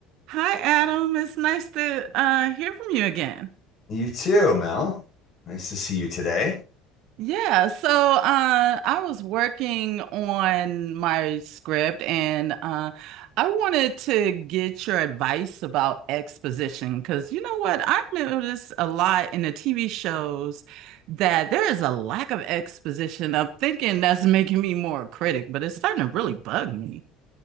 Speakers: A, on the right; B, on the left.
A: Hi, Adam. It's nice to uh, hear from you again.
B: You too, Mel. Nice to see you today.
A: Yeah, so uh, I was working on my script and uh, I wanted to get your advice about exposition because you know what? I've noticed a lot in the TV shows that there is a lack of exposition. I'm thinking that's making me more a critic, but it's starting to really bug me.